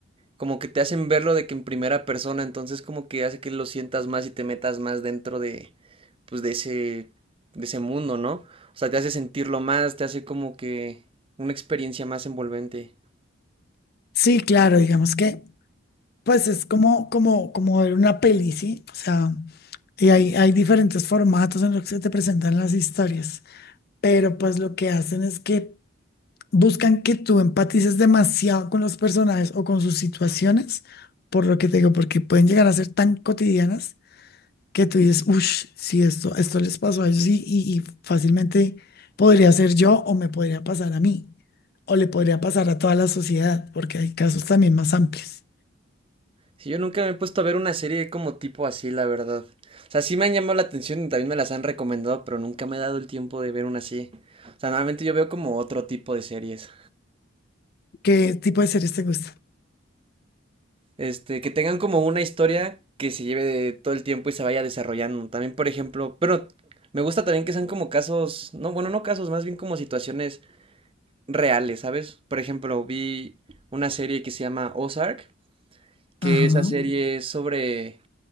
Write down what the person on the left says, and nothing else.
Sí, claro, digamos que Pues es como, como, como ver una peli, ¿sí? O sea, y hay, hay diferentes formatos en los que se te presentan las historias, pero pues lo que hacen es que buscan que tú empatices demasiado con los personajes o con sus situaciones, por lo que te digo, porque pueden llegar a ser tan cotidianas que tú dices, uff, si esto, esto les pasó a ellos y, y, y fácilmente podría ser yo o me podría pasar a mí, o le podría pasar a toda la sociedad, porque hay casos también más amplios.
¿Qué tipo de series te gusta?
Ajá,